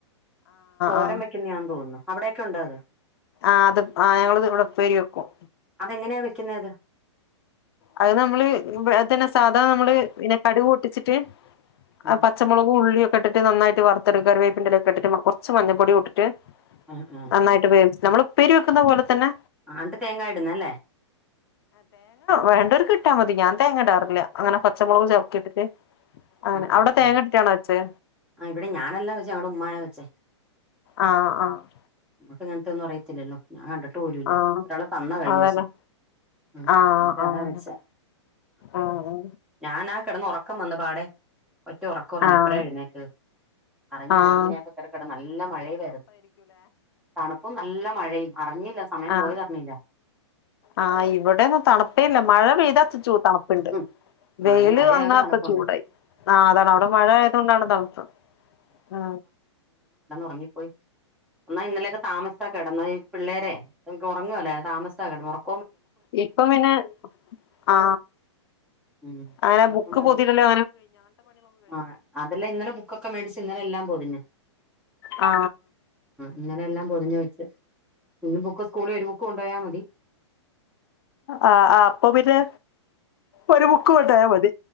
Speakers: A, in the centre; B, on the left (about 55°).
A: തോരം
B: ആഹ്
A: വയ്ക്കുന്ന യാ തോന്നുന്നു അവിടെൊക്കെ ഉണ്ട അത്
B: ആ അത് ആ ഞങ്ങള് ഇവിടെ ഉപ്പേരി വെക്കും
A: എങ്ങനെയാ വെക്കുന്നത്
B: അത് നമ്മള് അതന്നെ സാധാരണ നമ്മള് പിന്നെ കടുക്പൊട്ടിച്ചിട്ട്
A: ഉം
B: ആ പച്ചമുളകു ഉള്ളി ക്കെ ട്ടിട്ട്നന്നായിട്ട് വറുത്തെടുക്ക കറിവേപ്പിന്റെല ഒക്ക ഇട്ട് കുറച്ച് മഞ്ഞപ്പൊടി ഇട്ട്ട്ട്
A: ആഹ് ആഹ്
B: നന്നായിട്ട് പേ നമ്മൾ ഉപ്പേരി വെക്കുന്ന പോലെ തന്നെ
A: ആണ്ട് തേങ്ങായിടുന്നല്ലേ
B: വേണ്ടൊർക്ക് ഇട്ടാൽ മതി ഞാൻ തേങ്ങ ഇടാറില്ല അങ്ങനെ പച്ചമുളകും ചവക്കിയിട്ടിട്ട് അങ്ങനെ
A: ആ ആ
B: അവിടെ
A: ആ
B: തേങ്ങ ഇട്ടിട്ടാണോ വെച്ചേ
A: ആ ഇവിടെ ഞാനല്ലാ വെച്ച ഞങ്ങടെ ഉമ്മായെ വെച്ചേ
B: ആ ആ
A: അങ്ങനത്തെന്നും അറിയത്തില്ലല്ലോ ഞാൻ കണ്ടിട്ടി ട്ടു പോലുമില്ല
B: ആഹ്
A: ഒരാള് തന്ന കഴിഞ്ഞ
B: അതന്നെ
A: ദിവസം ആ
B: ആഹ്
A: അന്നേരം
B: ആഹ്
A: അതാ വെച്ചേ
B: ആഹ്
A: ഞാനാ കേടന്ന് ഒറക്കം വന്ന പാടെ ഒറ്റ ഉറക്കം ഉറങ്ങി
B: ആഹ്
A: ഇപ്പഴ എഴുന്നേറ്റത് അറിഞ്ഞില്ല
B: ആഹ്
A: ഒരു മണിയായപ്പം കേറികെടന്ന് നല്ല മഴെയും ആരുന്നു ഇപ്പ നല്ല മഴയും അറിഞ്ഞില്ല സമയം
B: ആ
A: പോയത് അറിഞ്ഞില്ല
B: ആ ഇവിടെ തണുപ്പേല്ല മഴ പെയ്താ ചൂ തണുപ്പുണ്ട്
A: ഉം ആഹ്
B: വെയില്
A: ഇത് മഴയായോണ്ട്
B: വന്നാപ്പാ
A: തണുപ്പുണ്ട്
B: ചൂടായി ആ അതാണ് അവിടെ മഴ ആയതൊണ്ടാണ് തണുപ്പ് ആ
A: ഉറങ്ങിപ്പോയി എന്നാൽ ഇന്നലെയൊക്കെ താമസിച്ചാ കെടന്നത് പിള്ളേരെ നമക്ക് ഉറങ്ങുവല്ലേ താമസിച്ചാ കിടന്നോറക്കം
B: ഇപ്പൊ പിന്നെ ആ
A: ഉം
B: അങ്ങനെ
A: ഉറക്കം
B: ബുക്ക്
A: വരും
B: പൊതിലല്ലേ
A: ആ അതെല്ലാം ഇന്നലെ ബുക്കൊക്കെ മേടിച്ച് ഇന്നലെ എല്ലാം പൊതിഞ്ഞു
B: ആ
A: ഇന്നലെ എല്ലാം പൊതിഞ്ഞു വെച്ച് ഇന്ന് ബുക്ക് സ്കൂളിൽ ഒരു ബുക്ക് കൊണ്ടപോയാ മതി
B: ആ ആ അപ്പൊ പിന്നെ ഒരു ബുക്ക് കൊണ്ടോയ മതി